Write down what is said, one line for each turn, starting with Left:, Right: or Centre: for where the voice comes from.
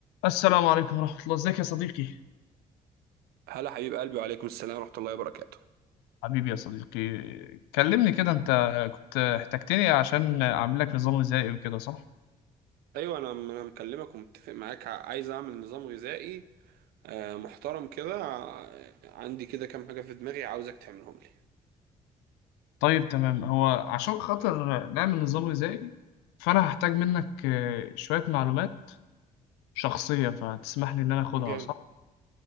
Left: السلام عليكم ورحمة الله ازيك يا صديقي
Right: هلا حبيب قلبي وعليكم السلام ورحمة الله وبركاته
Left: حبيبي يا صديقي كلمني كده انت كنت احتجتني عشان اعمل لك نظام غذائي وكده صح
Right: ايوه انا انا مكلمك ومتفق معاك ع- عايز اعمل نظام غذائي آه، محترم كده ع- عندي كده كام حاجة في دماغي عاوزك تعملهم لي
Left: طيب تمام هو عشان خاطر نعمل نظام غذائي فانا هحتاج منك اه، شوية معلومات شخصية فتسمح لي ان انا اخدها
Right: جامد
Left: صح